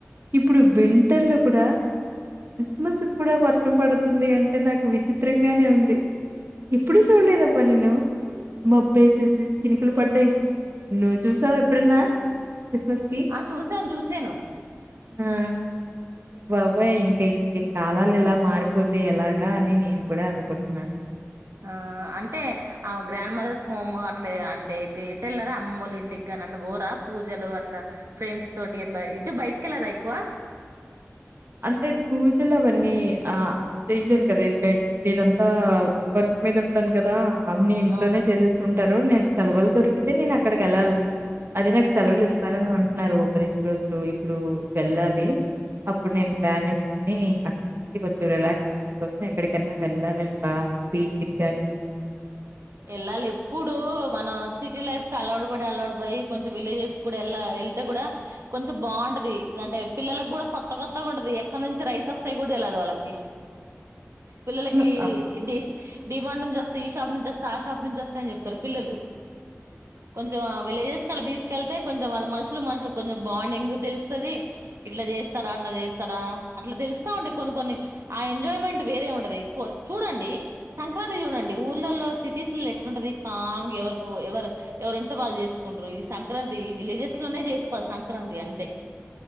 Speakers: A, on the right (about 50°); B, on the right (about 70°).
A: ఇప్పుడు వింటర్ లో కూడా. క్రిస్మస్ కూడా వర్షం పడుతుంది అంటే నాకు విచిత్రంగానే ఉంది. ఎప్పుడు చూడలేదబ్బ నేను. మబ్బె చూసి చినుకులు పడ్డాయి నువ్వు చూసావా ఎప్పుడన్నా. క్రిస్మస్ కి
B: ఆ చూసాను జూసాను.
A: ఆ బాబోయి ఇంకె. ఈ కాలాలు ఇలా మారిపోతె ఎలాగా అని నేను కూడా అనుకుంటున్నా.
B: ఆ అంటే ఆవ్ గ్రాండ్ మదర్స్ హోమ్ అట్లే అంట్లే టే ఎటెళ్లరా అమ్మొలింటికిగా. గానట్లా బోరా పూజలు అట్లా, ఫ్రెండ్స్ తోటి అట్లా ఎటు బయటికెళ్ళరా ఎక్కువ.
A: అంటే పూజలవన్నీ ఆ. చెయ్లేను కదా ఇది, నేనంతా వర్క్ మీదుంటాను కదా. అన్నీ ఇంట్లోనే
B: అవును
A: చేసేస్తుంటారు నాకు సెలవులు దొరికితే నేనక్కడికెళ్ళాలి. అది నాకు సెలవులిస్తారని
B: ఓకే
A: అంటున్నారు పదిహేను రోజులు ఇప్పుడు వెళ్ళాలి. అప్పుడు నేను ప్లాన్ ఏసుకుని అక్కడి నుంచి కొంచెం రిలాక్సేషన్ కోసం ఎక్కడికన్నా వెళ్ళాలబ్బా. బీచిగాని.
B: ఏళ్ళాలెప్పుడు మనం సిటీ లైఫ్ కలవాటు బడి అలవాటు పోయి కొం. జూ విలేజెస్ కూడా ఎల్లా ఎళ్తే గూడా కొంచెం బాగుంటది అంటే పిల్లలగూడా కొత్త కొత్తగుంటది. కనుంచి రైసోస్తాయి గూడా దెల్వదు వాళ్ళకి. పిల్లలకి
A: అవును ఆ
B: డీ డిమాండ్ నుంజొస్తే ఈ షాప్ నుంజొస్. స్తా ఆ షాప్ నుంజొస్తా అని జెప్తారు పిల్లలు, కొంజెం ఆ విలేజెస్ కలా దీస్. కెళ్తే కొంజెం వాళ్ళ మనుషుల మనుషులు కొంజెం బాండింగ్ తెలుస్తది., ఇట్లా జేస్తారా అట్లా జేస్తారా. అట్లా దెలుస్తా ఉండి కొన్ని కొన్ని ప్చ్ ఆ ఎంజాయ్మెంట్ వేరే ఉంటది ఫోర్ చూడండి సంక్రాంతి చూడం. డి ఊర్లలో సీ. టీస్ లేట్లుంటది కాంగా ఎవరుకు ఎవరు ఎవరింట్లో వాళ్ళు జేసుకుంట్రు ఈ సంక్రాంతి విలేజెస్ లో. జేసుకోవాలి సంక్రాంతి అంతే.